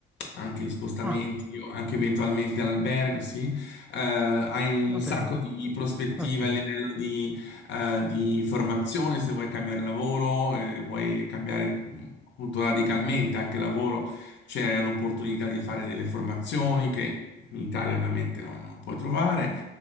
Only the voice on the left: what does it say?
anche gli spostamenti,
o anche eventualmente all'albergo, sì. Eh, hai un
sacco di prospettive
a livello di, eh, di formazione se vuoi cambiare lavoro, eh, vuoi cambiare mh, appunto radicalmente anche lavoro c'è un'opportunità di fare delle formazioni che in Italia ovviamente non, non puoi trovare